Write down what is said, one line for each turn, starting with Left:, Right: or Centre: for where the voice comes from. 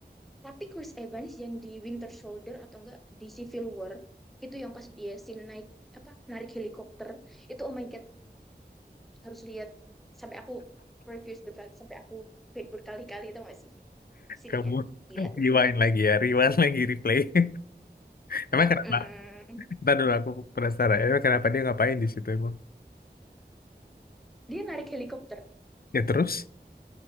Centre: Tapi Chris Evans yang di Winter Soldier atau enggak di Civil War itu yang pas dia scene naik apa narik helikopter itu oh my God harus lihat sampai aku reviews berkali sampai aku back berkali-kali tau gak sih scene-nya
Left: Kamu
Centre: gila
Left: rewind
Centre: itu.
Left: lagi ya, rewind lagi, replay. <laughs> Emang
Centre: Mm-mm.
Left: kenapa? Ntar dulu aku penasaran. Emang kenapa dia ngapain di situ emang?
Centre: Dia narik helikopter.
Left: Ya terus,